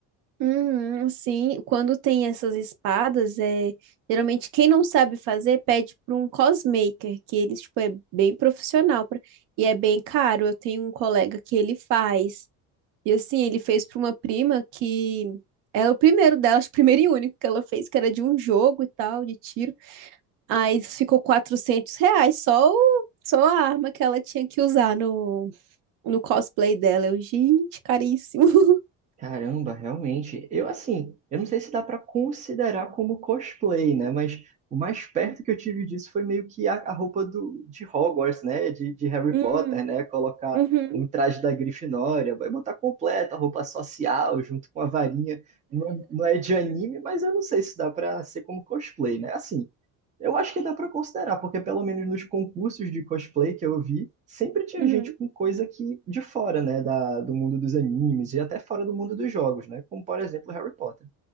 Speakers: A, on the right (about 65°); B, on the right (about 20°).
A: Uhum. Sim, quando tem essas espadas, é geralmente quem não sabe fazer pede para um cosmaker, que ele tipo, é bem profissional pra- e é bem caro. Eu tenho um colega que ele faz. E assim, ele fez para uma prima que era o primeiro dela, acho que o primeiro e único que ela fez, que era de um jogo e tal, de tiro. Aí ficou 400 reais só, o, só a arma que ela tinha que usar no, no cosplay dela. Eu, gente, caríssimo. <laughs>
B: Caramba, realmente. Eu, assim, eu não sei se dá para considerar como cosplay, né? Mas o mais perto que eu tive disso foi meio que a, a roupa do, de Hogwarts, né? De, de Harry
A: Hum,
B: Potter, né? Colocar
A: uhum,
B: um traje da Grifinória, vai botar completa a roupa social junto com a varinha. Não é, não é de anime, mas eu não sei se dá para ser como cosplay, né? Assim, Eu acho que dá para considerar, porque pelo menos nos concursos de cosplay que eu vi, sempre tinha
A: uhum.
B: gente com coisa que de fora, né, da, do mundo dos animes e até fora do mundo dos jogos, né, como por exemplo Harry Potter.